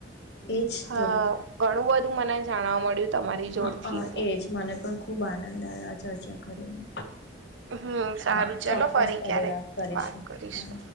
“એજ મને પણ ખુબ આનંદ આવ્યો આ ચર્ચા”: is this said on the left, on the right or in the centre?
Left